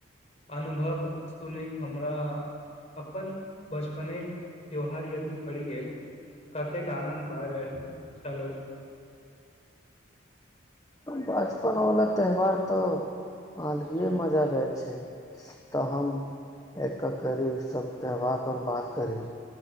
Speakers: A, on the left; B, on the left.
A: अनुभव सुने के हमरा अपन बचपने के त्यौहार यदि पड़ि गेल कतेक आनंद बारिह आएल चालो -
B: बचपन वाला त्यौहार तऽ आलगीए मजा लैत छै तऽ हम एक करी सब त्यौहार पर बात करी